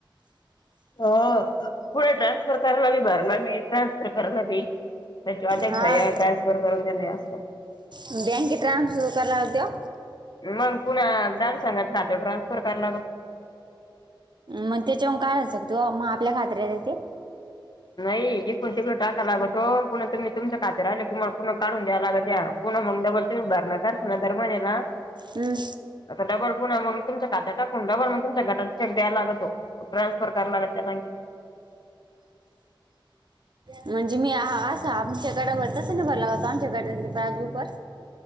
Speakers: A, on the left; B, on the right.
A: अ, पुढे ट्रान्सफर कला बी भरला बी, ट्रान्सफर कला बी, त्या आता एक
B: हा
A: स्या ट्रान्सफर करून देणे असं,
B: बँकेत ट्रान्सफर करायला आवडतो.
A: मग, पुण्या ग्रामसंघाात रातो ट्रान्सफर कराला लागऽ
B: मग त्याच्यावरून काय आसतो मग आपल्या खात्री तेऽ
A: नाही, हे कोणतीकडे टाका लागतो, पुणा तुम्हीऽ तुमचं खात्या राहिले, तुम्हाला पुन काढून द्याय लाग त्या, पुन मग दर तुम्ही भरणार, करश ना दर्मन्यालाऽ
B: हं,
A: आता डबल पुण मग तुमच्या खात्या टाकून डबलग तुमच्या घटा चेक द्याला लागतो ट्रानसफर कर लागऽ
B: म्हणजे मी असा, आमच्या गटावर तस ना भरला होतो, आमच्या गटपरऽ